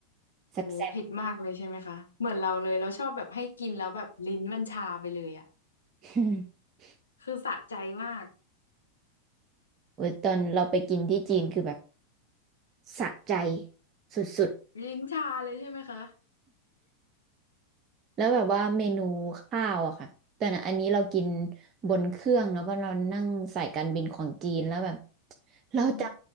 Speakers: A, on the right (about 30°); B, on the left (about 70°).
A: แซ่บแซ่บ
B: โอ้โหเผ็ดมากเลยใช่ไหมคะเหมือนเราเลยเราชอบแบบให้กินแล้วแบบลิ้นมันชาไปเลยอ่ะ
A: <laughs>
B: คือสะใจมาก
A: โอ้ <laughs> ยตอนเราไปกินที่จีนคือแบบสะใจสุดๆ
B: ลิ้นชาเลยใช่ไหมคะ
A: แล้วแบบว่าเมนูข้าวอะค่ะแต่นะอันนี้เรากินบนเครื่องเนอะเพราะเรานั่งสายการบินของจีนแล้วแบบเราจ
B: อืม